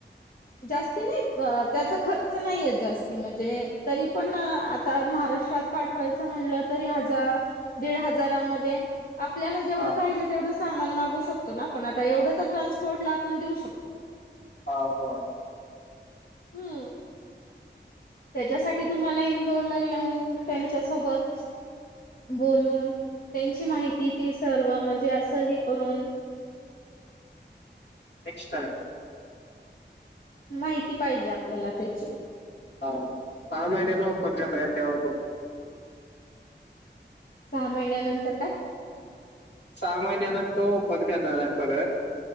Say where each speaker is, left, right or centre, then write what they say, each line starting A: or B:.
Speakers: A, on the left (about 50°); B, on the left (about 65°).
A: जास्ती नाही त्याचा खर्च खर्च नाही येत जास्त म्हणजे तरी पण आता महाराष्ट्रात पाठवायचा म्हणल तरी हजार दीड हजारामध्ये आपल्याला जेवढ
B: हा
A: पाहिजे. तेवढ सामान मागवू शकतो ना आपण आता एवढ तर ट्रान्सपोर्टला आपण देऊ शकतो.
B: आ हो.
A: हम्म त्याच्यासाठी तुम्हाला इंदोरला येऊन त्यांच्यासोबत बोलून त्यांची माहिती ती सर्व म्हणजे अस हे करून.
B: नेक्स्ट <unintelligible>
A: माहिती पाहिजे आपल्याला त्याची.
B: हां सहा महिन्यांनी ओपन करणार आहे तेव्हा बघू.
A: सहा महिन्यानंतर काय?
B: सहा महिन्यानंतर ओपन करणार आहेत परत.